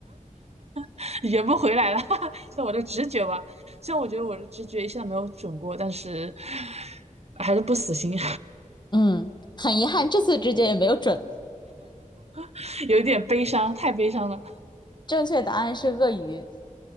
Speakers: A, on the right; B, on the left.
A: <laughs> 圆不回来了。<laughs> 那我的直觉吧，虽然我觉得我的直觉一向没有准过，但是还是不死心，
B: 嗯，很遗憾，这次直觉也没有准。
A: <laughs> 有一点悲伤，太悲伤了，
B: 正确答案是鳄鱼。